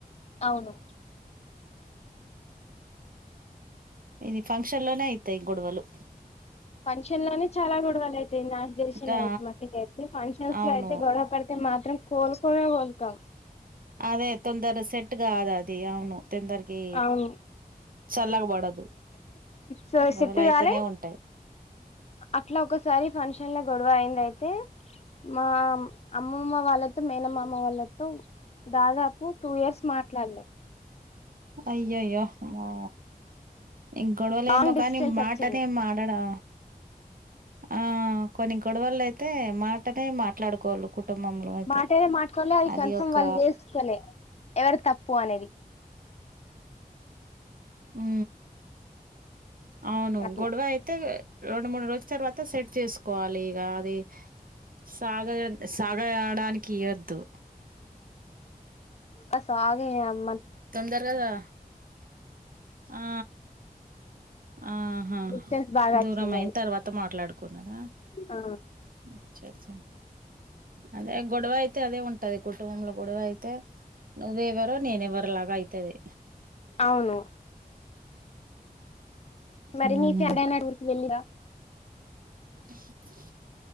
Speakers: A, on the left; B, on the right.
A: అవును
B: ఇది ఫంక్షన్ లోనే అయిత ఈ గొడవలు
A: పంక్షన్ లోనే చాలా గొడవలు అయితే నా దర్శి
B: ఇంకా
A: అయితే మట్టుకి అయితే ఫంక్షన్స్
B: అవును
A: లో అయితే గొడవ పడితే మాత్రం కోలుకోమే కోలుకోం
B: అదే తొందర సెట్గా కాద అది అవును తొందరకి
A: అవును
B: చల్లగబడదు
A: సో
B: గొడలు
A: సెట్టు
B: అయితేనే
A: కాలే
B: ఉంటాయి
A: అట్లా ఒసారి ఫంక్షన్ లో గొడవ అయింది అయితే మా అమ్మమ్మ వాళ్ళతో మేనమ్మమ వాళ్ళతో దాదాపు టూ ఇయర్స్ మార్ట్లాలే
B: అయ్యో య్యో అమ్మో ఇంకా గొడవలే
A: లాంగ్
B: ఏమో కానీ
A: డిస్టెన్స్
B: మాటనే
A: వచ్చింది
B: మాడడా ఆ కొన్ని గొడవలు అయితే మాటనే మాట్లాడుకోలు కుటుంబంలో అయితే
A: మాటనే మాట్లాడలే
B: అది
A: కన్ఫర్మ్
B: ఒక
A: వాళ్ళు చేసుకోలే ఎవరి తప్పు అనేది
B: ఉ అవును
A: అట్లా
B: గొడవ అయితే రెండు మూడు రోజు తర్వాత సెట్ చేసుకోవాలి ఇక అది సాగ సాగ అయడానికి ఇయ్వొద్దు
A: ఇంక సాగే అమ్మ
B: తొందర కదా ఆ ఆహా
A: డిస్టెన్స్ బాగా
B: దూరం
A: వచ్చింది
B: అయిన
A: అది
B: తర్వాత మాట్లాడుకున్నారా
A: ఆ
B: అచ్చ అచ్చ అదే గొడవ యితే అదే ఉంట ది కుటుంబంలో గొడవ అయితే నువ్వ ఎవరో నేను ఎవరో లాగా అయితది
A: అవును మరి
B: ఊహు
A: నీ ఫ అడైనాడు ఊరికి వెళ్ళివా
B: అ